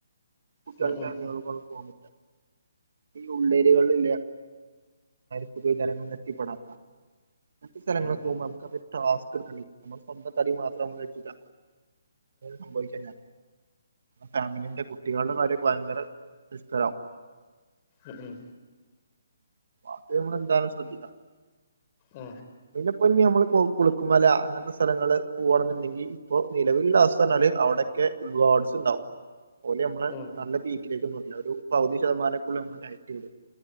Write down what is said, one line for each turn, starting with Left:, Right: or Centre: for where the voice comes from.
Right: കുട്ടികൾ
Left: ഉം ഉം
Right: കമങ്ങളുംക്ക പോകുന്നില്ല ഈ ഉള്ളേരിയകളിൽല്ലേ സുഖേക്കാരം എത്തിപെടാൻ മറ്റ സ്ഥലങ്ങളിൽ
Left: ഉം ഉം ഉം ഉം
Right: പോമ്പോൾ നമ്മകത് ടാസ്ക്ക് ഇട്ക്കണ്ടിരും നമ്മൾസ്വന്തം തടി മാത്രവുബൊ കജൂല സംഭവിച്ച ഞാൻ ഫാമിലിന്റെ കുട്ടികളുടെ കാര്യൊക്കെ ഭയങ്കര രിസ്തരാവും
Left: ഉം ഉം
Right: അത് മ്മൾ എന്തായലും ശ്രദ്ധിക്ക
Left: അ
Right: ഇതിലിപ്പോ ഇഞ്ഞ് മ്മൾ കുളുക്കുമല അങ്ങനത്തെ സ്ഥലങ്ങള്ൾ പോകവാണ് ന്ന്ണ്ടെങ്കിൽ ഇപ്പൊ നിലവിലുള്ള അവസ്ഥാന്ന് പറഞ്ഞാൽ അവിടെക്കെ ഉാഡ്സ് ഉണ്ടാവും ഓല് നമ്മെള
Left: ഉം
Right: നല്ല പീക്കിലേക്കൊന്നുംയില്ല ഒരു പൗതി ശതമാനേക്ക നമ്മള് കയറ്റിവിടു